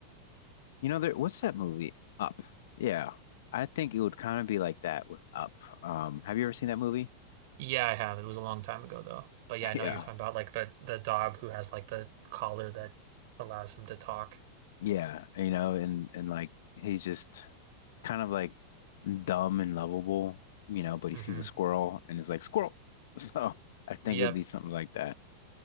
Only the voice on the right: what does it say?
Yeah, I have. It was a long time ago though. But yeah,
I know
you're talking about like the the dog who has like the collar that allows him to talk.
hmm
Yep.